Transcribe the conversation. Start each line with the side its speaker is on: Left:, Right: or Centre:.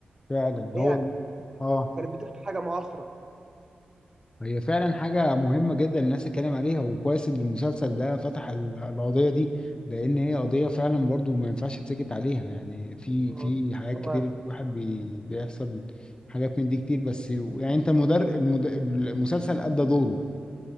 Left: فعلا
Right: هي
Left: هو ال- اه
Right: كانت بتحكي حاجة معاصرة
Left: هي فعلا حاجة مهمة جدا الناس تتكلم عليها وكويس ان المسلسل ده فتح ال- القضية دي لان هي قضية فعلا برضو ما ينفعش تسكت عليها يعني في
Right: اه
Left: في حاجات
Right: هو
Left: كتير واحد بي بيحصل حاجات من دي كتير بس يعني انت مدر المد... المسلسل ادى دوره